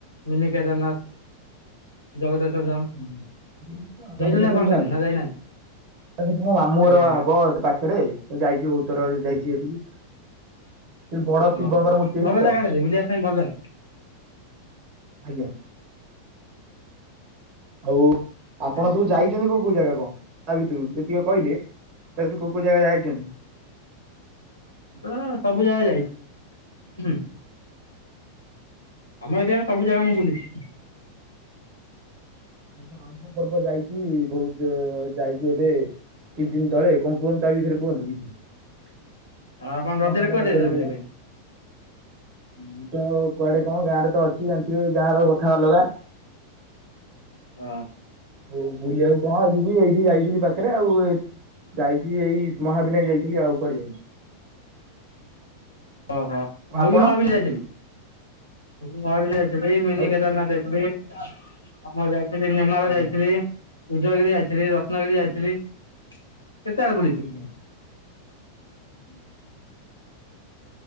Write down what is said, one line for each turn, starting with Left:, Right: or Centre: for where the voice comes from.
Left: ମିନି କେଦାରନାଥ ଜଗତେଶ୍ୱର ଧାମ।
Right: ହୁଁ ହୁଁ।
Left: ଯାଇଛନ୍ତି
Right: ଜଗତେଶ୍ଵର
Left: ଆପଣ
Right: ଯାମ୍
Left: ସାଡେ ନା ଯାଇନାହାନ୍ତି
Right: ତ ମାମୁଁ
Left: ଆଜ୍ଞା
Right: ଘର
Left: ଆଜ୍ଞା
Right: ହବ ସେ ପାଖରେ ଯାଇଛିୁ ବହୁତଥର ଯାଇଛି ସେଠକି। ସେ ବଡ
Left: ଓହୋ
Right: ଶିବଙ୍କର ମୂତ୍ତି ଅଛିତ
Left: ଭଲ ଜାଗାଟା ଯେ ବୁଲିବା ପାଇଁ ଭଲ ଲାଗେ
Right: ଆଜ୍ଞା। ଆଉ ଆପଣ
Left: ଆଉ
Right: ସବୁ
Left: କଣ
Right: ଯାଇଛନ୍ତି।
Left: କୁହନ୍ତୁ।
Right: କୋଉ କୋଉ ଜାଗା କଣ? ତା ଭିତରୁ ଯେତିକି କହିଲେ ସେ କୋଉ କୋଉ ଜାଗା ଯାଇଛନ୍ତି?
Left: ତ ସବୁ ଜାଗା ଯାଇଛି। ଆମ ଏରିଆରେ ସବୁ ଜାଗା ମୁଁ ବୁଲିଛି।
Right: ବ ରଜ ପର୍ବ ଯାଇଛି ବହୁତ ଯାଇଛି ଏବେ କିଛି ଦିନ ତଳେ କଣ କୁହନ୍ତୁ ତା ବିଷୟରେ କୁହନ୍ତୁ କିଛି। କଣ
Left: ଆଉ ଆପଣ ରଜରେ
Right: କଲେ
Left: କୁଆଡେ
Right: ରଜେରେ
Left: ଯାଇଥିଲେ ବୁଲିବା
Right: ସବୁ?
Left: ପାଇଁ?
Right: ମୁଁ ତ କୁଆଡେ କଣ ଗାଁରେ ତ ଅଛି ଯୋଥିବ ଗାଁ ର କଥା ଅଲଗା।
Left: ଅ।
Right: ଉ ବୁଲିବାକୁ କଣ ଏ ଯିବ ଏଇଠି ଯାଇଥିଲି ପାଖରେ ଆଉ। ଯାଇଛି ଏଇ ମହାବିନାୟ ଯାଇଥିଲି ଆଉ କୁଆଡେ ଯାଇନି।
Left: ଓହୋ
Right: ଆଉ
Left: ମୁଁ
Right: ଆପଣ?
Left: ବି ମହାବିନି ଯାଇଥିଲି। ମୁଁ ମହାବିନି ଯାଇ ସେଠି ମିନି
Right: ଆଉ
Left: କେଦାରନାଥ ଯାଇଥିଲି। ଆମର ଯାଇଥିଲି ନେମାଳ
Right: ଆଜ୍ଞା
Left: ଯାଇଥିଲି। ଉଦୟଗିରି ଯାଇଥିଲି ରତ୍ନଗିରି
Right: ଆଜ୍ଞା
Left: ଯାଇଥିଲି। କେତେବେଳେ ବୁଲି।
Right: ହୁଁ। ହୁଁ।